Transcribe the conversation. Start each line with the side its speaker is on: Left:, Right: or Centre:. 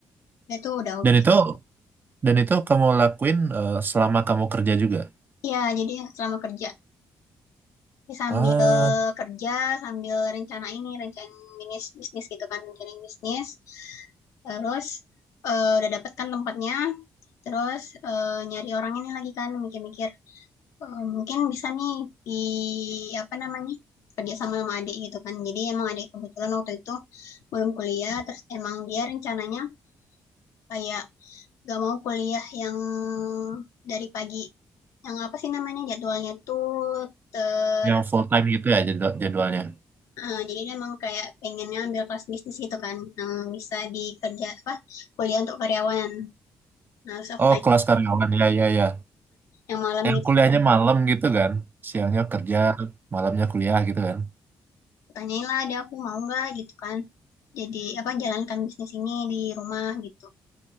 Left: ya itu udah
Right: Dan
Left: ok
Right: itu dan itu kamu lakuin eh, selama kamu kerja juga.
Left: iya, jadi selama kerja, jadi sambil
Right: Ah,
Left: kerja, sambil rencana ini, rencana bisnis bisnis gitu kan, rencana bisnis, terus, eee, udah dapet kan tempatnya, terus, eee, nyari orang ini lagi kan, mikir-mikir. Eee, mungkin bisa nih di apa namanya, kerja sama sama adik gitu kan. Jadi emang adik kebetulan waktu itu belum kuliah, terus emang dia rencananya kayak gak mau kuliah yang dari pagi, yang apa sih namanya, jadwalnya tuh ter
Right: yang full time gitu ya jadwal- jadwalnya.
Left: heeh, jadi dia emang kayak pengennya ambil kelas bisnis gitu kan, yang bisa dikerja apa, kuliah untuk karyawan. Nah, terus aku
Right: Oh,
Left: tanya
Right: kelas karyawan ya ya ya.
Left: yang malam
Right: Yang
Left: gitu.
Right: kuliahnya malam gitu kan. Siangnya kerja, malamnya kuliah gitu kan.
Left: tanyain lah dia aku mau nggak gitu kan jadi apa jalankan bisnis ini di rumah gitu